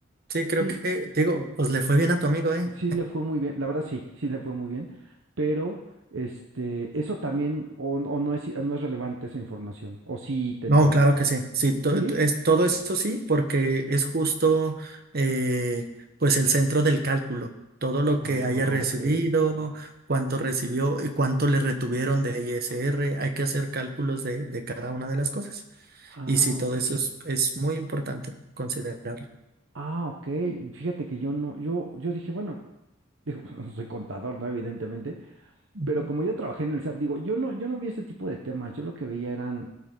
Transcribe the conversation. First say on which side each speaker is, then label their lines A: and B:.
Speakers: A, on the right (about 50°); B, on the right (about 80°).
A: sí, creo
B: Sí,
A: que, digo, pues le fue bien a tu amigo, ¿eh?
B: sí le fue muy bien, la verdad sí, sí le fue muy bien, pero este, eso también, o, o no es, no es relevante esa información, o sí tendría
A: No, claro
B: que ver.
A: que sí. Sí, to-
B: ¿Sí?
A: to- es, todo eso sí, porque es justo eh, pues el centro del cálculo. Todo lo
B: Ah,
A: que haya recibido,
B: ok.
A: cuánto recibió y cuánto le retuvieron de ISR, hay que hacer cálculos de, de cada una de las cosas.
B: Ah,
A: Y sí, todo
B: ok.
A: eso es, es muy importante considerarlo.
B: Ah, ok. Fíjate que yo no, yo, yo dije, bueno, digo, <laughs> no soy contador, ¿no? Evidentemente,
A: Ujú.
B: pero como yo trabajé en el SAT, digo, yo no, yo no vi ese tipo de temas. Yo lo que veía eran,